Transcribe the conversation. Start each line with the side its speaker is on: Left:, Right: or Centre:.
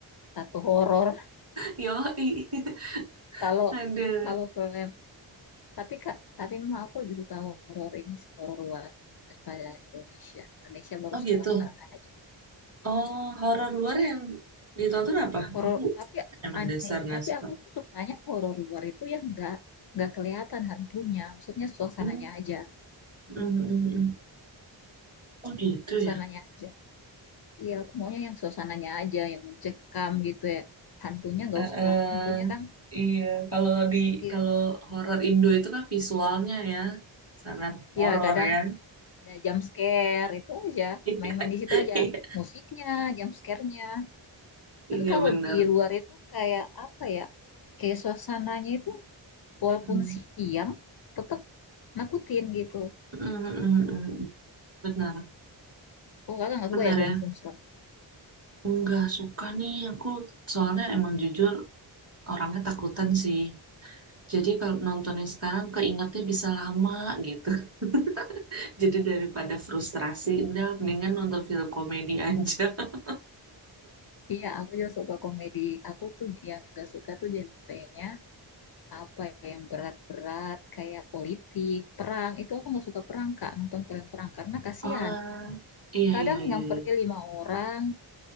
Left: satu horor
Right: Yoi.
Left: kalau
Right: <laughs> ada
Left: kalau film tapi kak tapi memang aku lebih suka horor ini sih horor luar daripada Indonesia Indonesia baru
Right: Oh
Left: sekarang
Right: gitu.
Left: sekarang aja
Right: Oh, horor luar yang ditonton apa?
Left: horor
Right: Aku
Left: tapi
Right: emang
Left: aneh
Right: dasar nggak
Left: tapi
Right: suka.
Left: aku tuh sukanya horor luar itu yang nggak nggak kelihatan hantunya maksudnya suasananya
Right: Hmm,
Left: aja
Right: hmm, hmm, hmm. Oh gitu
Left: suasananya
Right: ya.
Left: aja iya aku maunya yang suasananya aja yang mencekam gitu ya hantunya nggak
Right: Eh,
Left: usah
Right: eh,
Left: lah hantunya kan
Right: iya, kalau di
Left: iya
Right: kalau horor Indo itu kan visualnya ya sangat horor
Left: iya kadang
Right: ya.
Left: ada jump scare itu aja
Right: <laughs>
Left: main-main di situ aja
Right: Iya,
Left: musiknya jump scare-nya tapi
Right: iya
Left: kalau
Right: benar.
Left: di luar itu kayak apa ya kayak suasananya itu walaupun
Right: Hmm,
Left: siang tetap nakutin gitu
Right: hmm, hmm, hmm. Benar,
Left: Oh, kakak nggak
Right: benar
Left: suka ya film-film
Right: ya.
Left: seram?
Right: Nggak suka nih aku soalnya emang jujur orangnya takutan sih. Jadi kalau nontonnya sekarang keingetnya bisa lama gitu. <laughs> Jadi daripada frustrasi, udah mendingan nonton film komedi aja. <laughs>
Left: Iya, aku juga suka komedi. Aku tuh yang gak suka tuh genrenya apa ya, yang berat-berat kayak politik, perang. Itu aku gak suka perang, Kak, nonton film perang karena kasihan.
Right: Oh, iya
Left: Kadang
Right: iya iya
Left: yang
Right: iya.
Left: pergi lima orang